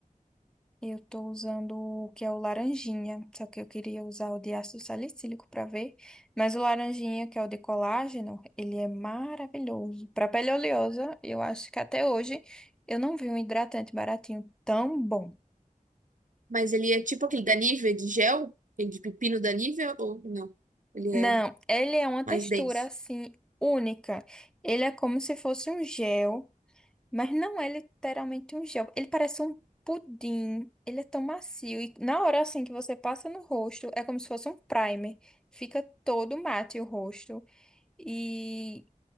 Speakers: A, in the centre; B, on the right.
A: Eu tô usando o que é o laranjinha, só que eu queria usar o de ácido salicílico pra ver, mas o laranjinha, que é o de colágeno, ele é maravilhoso. Pra pele oleosa, eu acho que até hoje eu não vi um hidratante baratinho tão bom.
B: Mas ele é tipo aquele da Nivea de gel? Aquele de pepino da Nivea ou não? Ele
A: Não,
B: é
A: ele é uma
B: mais
A: textura
B: denso.
A: assim única. Ele é como se fosse um gel. Mas não é literalmente um gel. Ele parece um pudim. Ele é tão macio. E na hora assim que você passa no rosto, é como se fosse um primer. Fica todo mate o rosto. E